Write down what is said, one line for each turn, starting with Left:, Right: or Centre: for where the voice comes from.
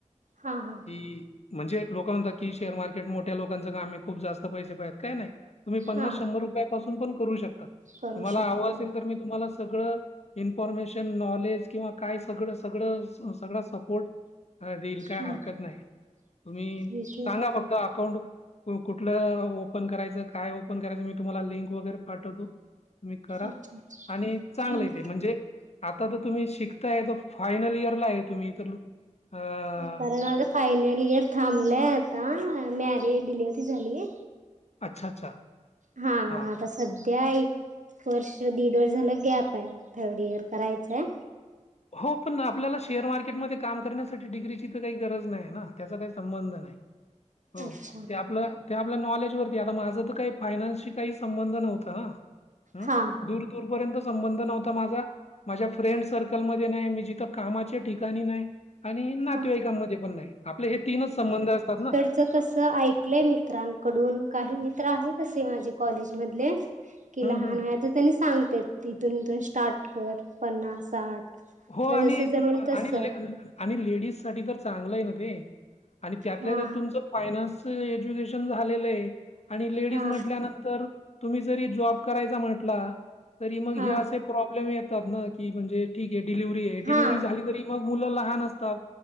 Right: हा हा.
Left: की म्हणजे लोक म्हणतात की शेअर मार्केट मोठ्या लोकांच कामय, खूप जास्त पैसे पाहिजेत काय नाहीं तुम्ही पन्नास
Right: हा
Left: शंभर रुपया पासून पणं करू शकतात
Right: करू
Left: तुम्हाला
Right: शकतो
Left: हवं असेल तर मी तुम्हांला सगळं इन्फॉर्मेशन नॉलेज किंवा काय सगळंच सगळं सगळा सपोर्ट देईल काय
Right: हा
Left: हरकत नाहीं. तुम्ही
Right: ठीक आहे
Left: सांगा फक्त अकाउंट कुठलं ओपन करायचं काय ओपन करायचं मी तुम्हाला लिंक वगैरे पाठवतो. तुम्ही करा
Right: अच्छा
Left: आणि
Right: अच्छा
Left: चांगलंय ते म्हणजे आता तर तुम्ही शिकताय त फायनल इयर ला आहे तुम्हीं तर अ,
Right: कारण माझं फायनल इयर थांबलंय आता अ मॅरी डिलिव्हरी झालीय.
Left: अच्छा अच्छा.
Right: हा हा.
Left: हां.
Right: आता सध्या एक वर्ष दीड वर्ष झालं गॅप आहे थर्ड इयर करायचं आहे.
Left: हो पण आपल्याला शेअर मार्केटमध्ये काम करण्यासाठी डिग्रीची तर काही गरज नाही ना त्याच काय. संबंध नाही हो
Right: अच्छा
Left: ते आपलं ते आपल्या नॉलेजवरती आहे. आता माझं तर काही फायनान्सशी काही संबंध नव्हत ना
Right: हा
Left: दूर पूरेपूर संबंध नव्हतं माझ माझ्या फ्रें कल मध्ये नाही मी जिथं कामाच्या ठिकाणी नाहीं आणि नातेवाईकांमध्ये
Right: हा
Left: पण नाही आपले हे तीनच संबंध असतात ना.
Right: त कसं ऐकलंय मित्रांकडून काही मित्र आहेत तसे माझे कॉलेज मधले. कि
Left: हं,
Right: लहान
Left: हं.
Right: वयात त त्यांनी सांगतेत तिथून इथून स्टार्ट कर पन्नास साठ
Left: हो
Right: तुला
Left: आणि
Right: जसं जमेल तस
Left: आणि आणि लेडीज साठी तर चांगलं आहे ना ते आणि त्यातल्या
Right: हा
Left: त्यात तुमचं फायनान्सच एज्युकेशन झालेलं आणि लेडीज
Right: हा
Left: म्हटल्यानंतर तुम्ही जरी जॉब करायचा म्हटलं तर
Right: हा
Left: असे प्रॉब्लेम येतात ना क म्हणजे ठीक आहे. डिलिव्हरी आहे डिलिव्हरी
Right: हा
Left: झाली तरी मग मुलं लहान असतात.